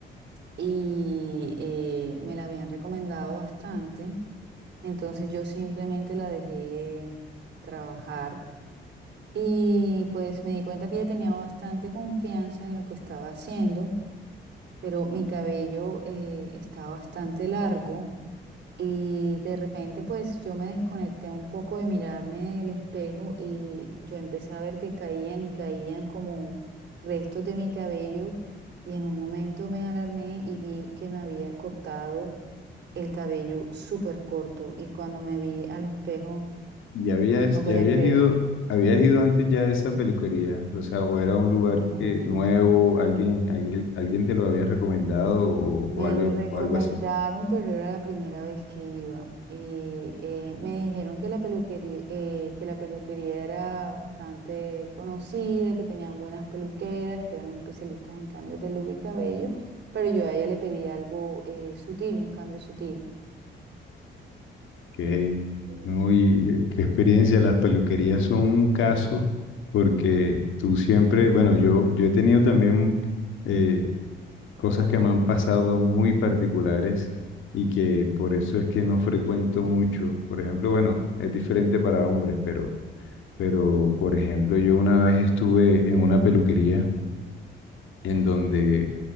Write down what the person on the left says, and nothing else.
Ya habías,
ya habías
ido, habías ido antes ya a esa peluquería, o sea, o era un lugar
que nuevo, alguien, alguien, alguien te lo había recomendado o,
o algo,
o algo así.
Ok,
no, y qué, qué experiencia, las peluquerías son un caso porque tú siempre, bueno, yo, yo he tenido también eh, cosas que me han pasado muy particulares y que por eso es que no frecuento mucho. Por ejemplo, bueno, es diferente para hombres, pero Pero, por ejemplo, yo una vez estuve en una peluquería en donde